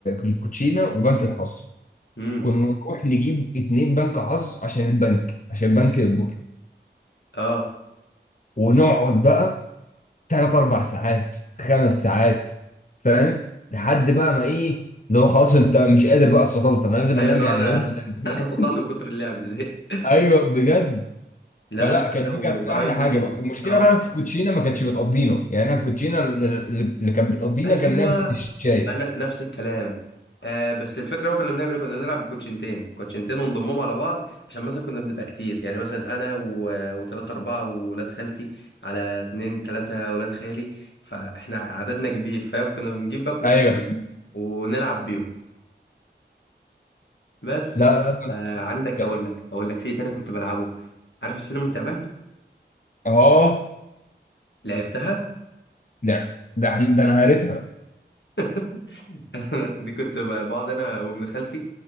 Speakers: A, on the left; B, on the left.
A: الكوتشينه وبنك الحظ
B: امم
A: كنا نروح نجيب اتنين بنك حظ عشان البنك عشان بنك يكبر
B: اه
A: ونقعد بقى تلات اربع ساعات خمس ساعات فاهم لحد بقى ما ايه لو خلاص انت مش قادر بقى استطلت انا لازم
B: ايوه
A: انام
B: لو
A: يعني
B: انا
A: لازم انام
B: <laughs> انا صدعت من كتر اللعب زهقت
A: <laughs> ايوه بجد
B: لا
A: فلا
B: انا انا
A: كانت دي
B: وقرايبي
A: كانت احلى حاجه بقى المشكله
B: اه
A: بقى في كوتشينا ما كانتش بتقضينا يعني احنا الكوتشينا اللي اللي كانت بتقضينا
B: ايوه
A: كان لعبه الشاي
B: انا نفس الكلام آه بس الفكره بقى كنا بنعمل ايه كنا بنلعب بكوتشنتين كوتشنتين ونضمهم على بعض عشان مثلا كنا بنبقى كتير يعني مثلا انا و... وتلاته اربعه وولاد خالتي على اتنين تلاته ولاد خالي فاحنا عددنا كبير فاهم كنا بنجيب بقى كوتشنتين
A: ايوه
B: ونلعب بيهم بس
A: لا
B: ف...
A: لا
B: آه عندك
A: لا
B: اقول لك اقول لك في إيه تاني كنت بلعبه عارف السلم والتعبان
A: اه
B: لعبتها
A: ده ده إحنا- ده انا قريتها
B: <laughs> <laughs> دي كنت ب- بقعد انا وابن خالتي